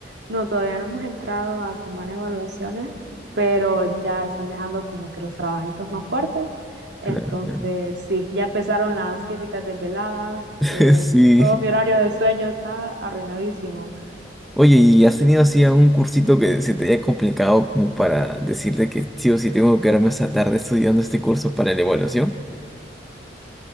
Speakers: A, on the right; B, in the centre.
A: No, todavía no hemos entrado a semana de evaluaciones, pero ya están dejando como que los trabajitos más fuertes. Entonces,
B: Claro, claro.
A: sí, ya empezaron las típicas desveladas.
B: <laughs>
A: eh,
B: Sí.
A: todo mi horario de sueño está arruinadísimo.
B: Oye, ¿y has tenido así algún cursito que se te haya complicado como para decirle que sí o sí tengo que quedarme hasta tarde estudiando este curso para la evaluación?